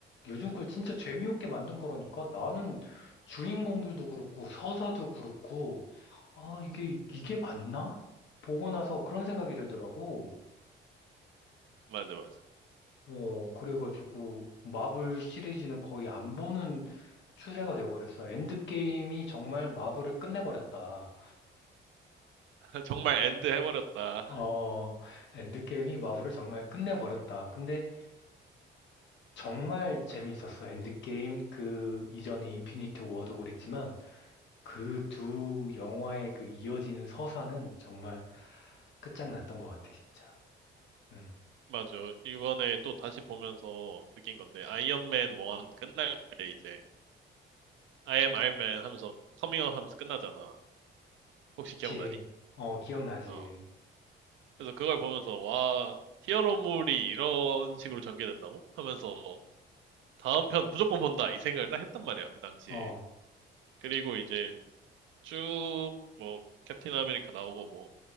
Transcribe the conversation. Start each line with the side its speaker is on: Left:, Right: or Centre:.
Left: 요즘 걸 진짜 재미없게 만든 거라니까 나는 주인공들도 그렇고 서사도 그렇고 아 이게 이게 맞나? 보고 나서 그런 생각이 들더라고.
Right: 맞아, 맞아.
Left: 어 그래가지고 마블 시리즈는 거의 안 보는 추세가 돼버렸어. 엔드게임이 정말 마블을 끝내버렸다.
Right: <laughs> 정말 엔드 해버렸다.
Left: 어 엔드게임이 마블을 정말 끝내버렸다. 근데 정말 재밌었어. 엔드게임 그 이전에 인피니트 워도 그랬지만. 그 두 영화의 그 이어지는 서사는 정말 끝장났던 것 같아, 진짜. 응.
Right: 맞아. 이번에 또 다시 보면서 느낀 건데, 아이언맨 1 끝날 때 이제, I am Iron Man 하면서, 커밍아웃 하면서 끝나잖아. 혹시
Left: 그치.
Right: 기억나니?
Left: 어, 기억나지.
Right: 어. 그래서 그걸 보면서, 와, 히어로물이 이런 식으로 전개된다고? 하면서, 다음 편 무조건 본다. 이 생각을 딱 했단 말이야, 그 당시에.
Left: 어,
Right: 그리고 이제, 쭉, 뭐, 캡틴 아메리카 나오고, 뭐